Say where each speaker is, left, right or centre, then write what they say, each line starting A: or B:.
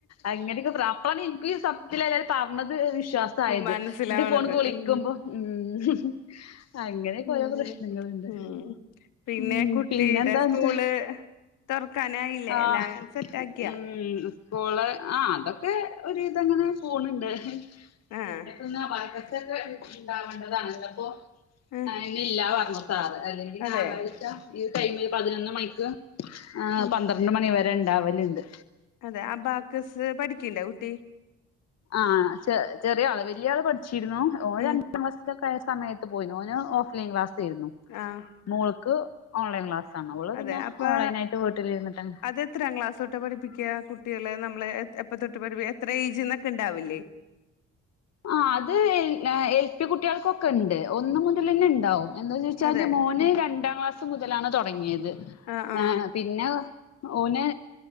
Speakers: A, on the left; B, on the left.
A: അങ്ങനെയെക്കെ പ്രാപ്പ്രാണിന് ഇന്കി സത്യത്തില് എല്ലാരും പറഞ്ഞത്, വിശ്വാസായത്.
B: മനസ്സിലാവണത്
A: ഇന്റെ ഫോണ്ക്ക് വിളിക്കുമ്പോ.
B: ഉം
A: ഉം അങ്ങനെയൊക്കെ ഓരോ
B: അങ്ങനെ
A: പ്രശ്നങ്ങളുണ്ട്
B: ഉം. പിന്നെ
A: ഉം
B: കുട്ടിടെ
A: പിന്നെന്താ
B: സ്കൂള്.
A: എന്നിട്ട്
B: തൊറക്കാനായില്ലേ
A: ആഹ്
B: എല്ലാങ്ങ് സെറ്റാക്കിയോ?
A: ഉം കോള് ആഹ് അതെക്കെ ഒരു വിതെങ്ങനെ പോണ് ണ്ട്.
B: ആഹ്
A: പിന്നെ തിന്നാ പഴച്ചക്കക്കെ ഇണ്ടാ വണ്ടതാണ് ഇല്ല പ്പോ
B: ആഹ്
A: ആയ് ഇന്ന്ല്ലാന്ന് പറഞ്ഞു സാറ്. അല്ലെങ്കിൽ
B: അതെ
A: ഞായറാഴ്ച ഈ ടൈമിൽ പതിനൊന്ന് മണിക്ക്. ആഹ്
B: ഉം
A: പന്ത്രണ്ട് മണിവെരെ ണ്ടാവല്ണ്ട്.
B: അതെ അബാക്കസ് പഠിക്കില്ലേ കുട്ടി.
A: ആഹ് ചെ ചെറിയ ആള് വെല്യാള് പഠിച്ചിരുന്നു. ഓന്
B: ഉം
A: രണ്ട് പത്താം ക്ലാസെക്കെ ആയാ സമയത്ത് പോയ്ന്നു. ഓന് ഓഫ് ലൈൻ ക്ലാസ്സെര്ന്നു
B: ആഹ്
A: മോൾക്ക് ഓൺലൈൻ ക്ലസ്സാണ്. ഓള്
B: അതെ
A: പിന്നെ
B: അപ്പൊ
A: ഓൺലൈനായിട്ട് വീട്ടിലിരിന്നിട്ടന്നെ
B: അത് എത്രാം ക്ലാസ്സ് തൊട്ട പഠിപ്പിക്ക കുട്ടികളേ നമ്മെള് എത് എപ്പ തൊട്ട് പഠിപ്പിക്ക. എത്ര ഏജ് എന്നൊക്കെ ഉണ്ടാവില്ലേ?
A: ആഹ് അത് എല് എൽ പി കുട്ട്യാക്കൊക്കെ ഒണ്ട്. ഒന്ന് മുതലന്നെ ണ്ടാവും. എന്തോന്ന് ചോദിച്ചാല്
B: അതെ
A: മോന്
B: ഉം.
A: രണ്ടാം ക്ലാസ് മുതലാണ് തൊടങ്ങിത്.
B: ആഹ് ആഹ്
A: ഏഹ്. പിന്നെ ഓന്